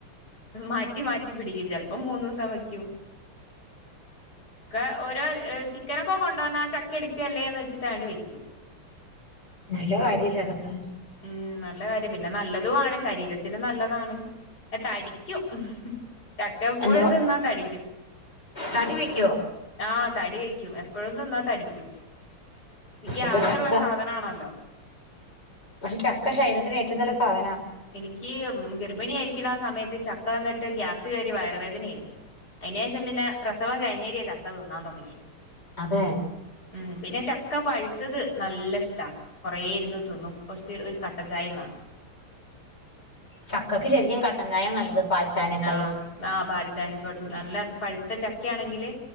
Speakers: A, on the left (about 45°); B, on the left (about 25°).
A: മാറ്റി മാറ്റി പിടിക്കും ചെൽ പ്പം മൂന്നൂസം വേയ്ക്കും. ക്കെ ഓരോ ചിക്കനൊക്കെ കൊണ്ട വന്ന ചക്ക എടുക്കല്ലേന്ന് വെച്ചിട്ട് അണ്ട് വെക്കും.
B: നല്ല കാര്യല്ലേ അതൊക്കെ.
A: ഉം നല്ല കാര്യം പിന്നെ നല്ലതു ആണ് ശരീരത്തിന് നല്ലതാണ്. തടിക്കും. ചക്ക എപ്പോഴും
B: എന്തോ
A: ത് ന്നാ തടിക്കും.
B: തടി വെക്കുവോ
A: ആഹ് തടി വയ്ക്കും എപ്പോഴും ത് ന്നാ തടിക്കും ഈ ഗ്യാസ്സുള്ള
B: ഓഹ് ചക്ക
A: സാധനാണല്ലോ.
B: പക്ഷെ ചക്ക ശരീരത്തിന് ഏറ്റവും നല്ല സാധനാ.
A: എനിക്ക് ഗർഭിണി ആയിരിക്ണാ ആ സമയത്ത് ചക്കന്ന്ട്ട് ഗ്യാസ് കേറി വയറുവേദനേയി. അയ്നേഷം പിന്നെ പ്രസവം കഴിഞ്ഞേരേ ചക്ക ത് ന്നാൻ തൊടങ്ങിയെ.
B: അതെ
A: ഉം പിന്നെ ചക്ക പഴുത്തത് നല്ല ഇഷ്ടാ. കൊറെ ഇരുന്നു തിന്നും കുറച്ച് ഒരു കട്ടചായേം വേണം
B: ചക്കക്ക് ശരിക്കും കട്ടൻ ചായ നല്ലത് പാൽച്ചായനക്കായും
A: ആഹ് പാൽചായ <unintelligible> നല്ല പഴുത്ത ചക്കയാണെങ്കില്